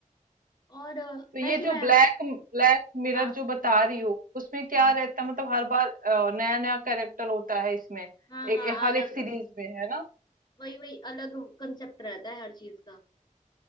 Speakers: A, on the left; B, on the right.
A: और अ,
B: तो ये
A: वैसे
B: जो
A: मैं
B: ब्लैक ब्लैक मिरर
A: हाँ
B: जो बता रही हो उसमें क्या
A: हाँ
B: रहता है मतलब हर बार अ, नया नया कैरेक्टर होता है इसमें
A: हाँ
B: ए,
A: हाँ
B: ए, हर
A: अलग
B: एक सीरीज में है ना
A: वही वही अलग कंसेप्ट रहता है हर चीज का